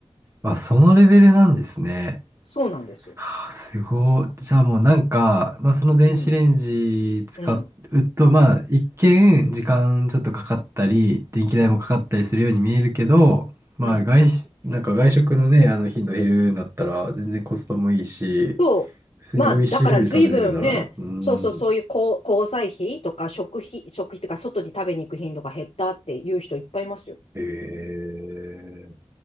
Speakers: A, on the right (about 25°); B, on the left (about 65°).
A: あ、そのレベルなんですね。
B: そうなんです。
A: はあすごい。じゃあもうなんか、まあ、その電子レンジ使うと、
B: うん、うん、
A: まあ一見時間ちょっとかかったり、電気代もかかったりするように見えるけど、まあ外出、
B: うん。
A: なんか外食のね、あの頻度減るんだったら全然コスパもいいし、
B: そう。
A: 普通に美味しい料理食べれるなら、
B: まあだから随分ね、
A: うん。
B: そうそう、そういう交、交際費とか食費、食費とか外に食べに行く頻度が減ったっていう人いっぱいいますよ。
A: へえ